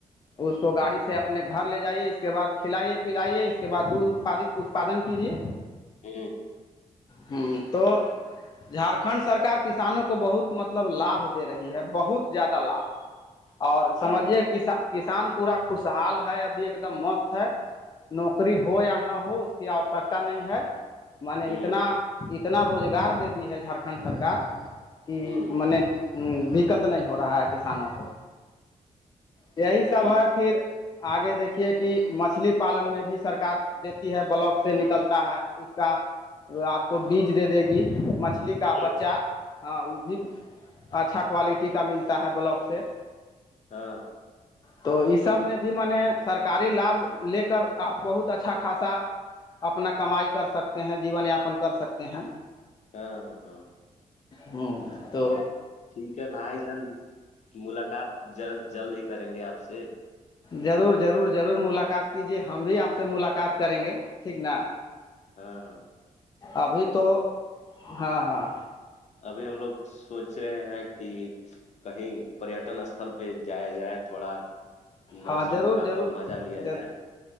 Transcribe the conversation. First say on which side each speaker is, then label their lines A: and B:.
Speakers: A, on the left (about 30°); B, on the left (about 60°).
A: اس کو گاڑی سے اپنے گھر لے جائیے اس کے بعد کھلائیے پلائیے اس کے بعد دودھ اتپاد اتپادن کیجیے
B: ہ
A: ہ تو جھارکھنڈ سرکار کسانوں کو بہت مطلب لابھ دے رہی ہے بہت زیادہ لابھ اور سمجھیے
B: ہاں
A: کس کسان پورا خوشحال ہے ابھی ایک دم مست ہے نوکری ہو یا نہ ہو اس کی آوشک نہیں ہے میں نے
B: ہوں
A: اتنا اتنا روزگار دے دی ہے جھارکھنڈ سرکار کہ
B: ہوں
A: م نے دقت نہیں ہو رہا ہے کسانوں کو یہی
B: ٹھیک
A: سب ہے پھر آگے دیکھیے کہ مچھلی پالن میں بھی سرک دیتی ہے بلاکس سے نکلتا ہے اس کا آپ کو بیج دے دے گی مچھلی مچھلی کا
B: ہے
A: بچہ ہاں وہ بھی اچھا کوالٹی کا ملتا ہے بلاک سے
B: ہاں
A: تو اس سب میں بھی میں نے سرکاری لابھ لے کر آپ بہت اچھا خاصا اپنا کمائی کر سکتے ہیں جیون یاپن کر سکتے ہیں
B: ہاں ہاں
A: ہوں تو
B: ٹھیک ہے بھائی جان ملاقات جلد ہی کریں گے آپ سے
A: ضرور ضرور ضرور ملاقات کیجیے ہم بھی آپ سے ملاقات کریں گے ٹھیک نا
B: ہاں ہاں
A: ابھی تو ہاں ہاں
B: ابھی ہم لوگ سوچ رہے ہیں کہ کہیں پریٹن اسھل پہ جایا جائے تھوڑا موسم
A: ہاں ضرور
B: کا
A: ضرور
B: مزہ لیا
A: ضرور
B: جائے